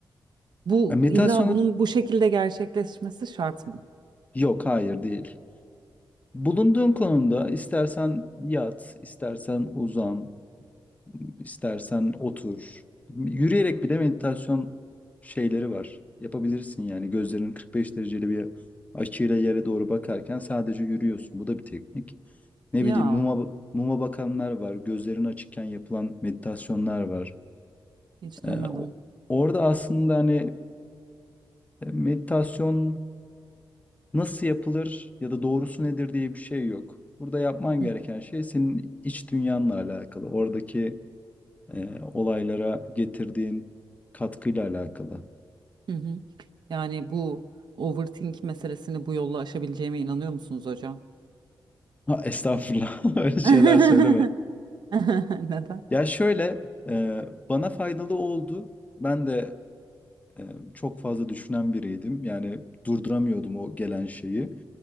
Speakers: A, on the right; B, on the left.
A: Bu
B: E, Meditasyonu
A: illa bunun bu şekilde gerçekleşmesi şart mı?
B: yok hayır değil. Bulunduğun konumda istersen yat, istersen uzan, istersen otur. Yürüyerek bile meditasyon şeyleri var. Yapabilirsin yani gözlerin 45 dereceli bir açıyla yere doğru bakarken sadece yürüyorsun. Bu da bir teknik. Ne
A: Ya
B: bileyim muma, muma bakanlar var, gözlerin açıkken yapılan meditasyonlar var.
A: hiç
B: Ee,
A: duymadım.
B: o- orada aslında hani e, meditasyon nasıl yapılır ya da doğrusu nedir diye bir şey yok. Burada yapman
A: Hı
B: gereken şey senin iç dünyanla alakalı, oradaki e, olaylara getirdiğin katkıyla alakalı.
A: hı. hı. Yani bu overthink meselesini bu yolla aşabileceğime inanıyor musunuz hocam?
B: Ha, estağfurullah, <laughs> öyle şeyler
A: <laughs>
B: söyleme.
A: Neden?
B: Ya şöyle, e, bana faydalı oldu. Ben de e, çok fazla düşünen biriydim. Yani durduramıyordum o gelen şeyi.